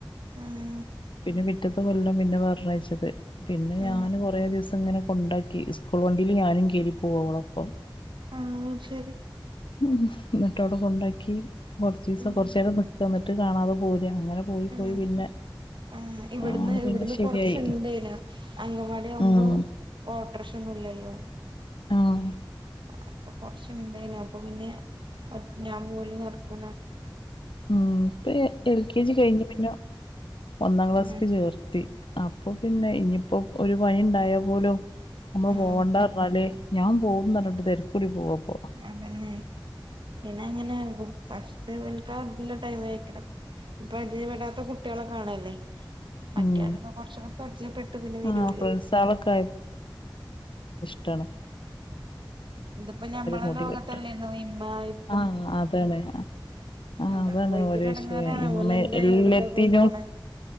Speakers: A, on the right; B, on the left.
A: ഉം
B: പിന്നെ പിറ്റെത്തെ കൊല്ലം പിന്നെ പർണ്ണയ്ച്ചത് പിന്നെ
A: ഉം
B: ഞാന് കൊറേ ദിവ്സം അങ്ങെനെക്കെണ്ടാക്കി സ്കൂൾ വണ്ടീല് ഞാനും കേരിപ്പോവോളെപ്പം
A: ആഹ് അത് ശെരി
B: ഉം ന്നട്ട് അവ്ടെ കൊണ്ടാക്കി കൊർച്ചീസം
A: ഉം
B: കൊർച്ചേരം ന് ക്ക ന്നട്ട് കാണാതെ പോരാ അങ്ങെനെ പോയ്
A: ഉം
B: പോയ് പിന്നെ
A: ആഹ് ഇവിട്ന്ന്
B: ആണ് പിന്നെ
A: ഇവിട്ന്ന്
B: ശരിയായി
A: കൊർച്ച് ഇണ്ടേനും അങ്കംവാടി ആവുമ്പോ
B: ഉം
A: ഓട്ടെർഷൊന്നും ഇല്ലല്ലോ
B: ആഹ്
A: അപ്പൊ കൊർച്ച് ഇണ്ടേനു അപ്പൊ പിന്നെ ഞാൻ പോവല് നടക്കൂലാ
B: ഉം ഇപ്പ എൽ കെ ജി കയ്ഞ്ഞ് പിന്നെ ഒന്നാം ക്ലാസ്ക്
A: ഉം
B: ചേർത്തി അപ്പൊ പിന്നെ ഇനിയിപ്പോ ഒരു പനിണ്ടായാ പോലും നമ്മള്
A: ഉം
B: പോകണ്ടാർഞ്ഞാല് ഞാൻ പോവുംന്നർഞ്ഞിട്ട് തെരകൂടി പോവു അപ്പോ
A: അതെന്നെ പിന്നെ അങ്ങെനെ ഫസ്റ്റ് ഇവൽക്കാതിന്റെ ടൈമെയ്കരം പരിചെയെപെടാത്ത കുട്ട്യാളെ കാണെല്ലേ മറ്റേന്നർഞ്ഞാപ്പൊ
B: ഉം
A: കൊർച്ചൊക്കെ പരിചയപ്പെട്ട് പിന്നെ വെരൂലേ
B: ആഹ് ഫ്രണ്ട്സാളൊക്കെ ട്ടാണ്
A: ഇതിപ്പോ ഞമ്മളും
B: മുടി
A: ആഹ് ലോകെത്തെന്നേര്ന്ന്
B: കെട്ട
A: ഇമ്മാ ഇ
B: ആഹ് അതെന്നെ ആഹ്
A: എന്താ
B: അതാണ്
A: ഓൽക്കൊരു
B: ഓലെ
A: എടങ്ങേറാണ്
B: വിഷയം ഇമ്മ
A: ഓലെന്താ
B: എല്ലെത്തിനും
A: എവിടക്കാ കൊണ്ടോണെ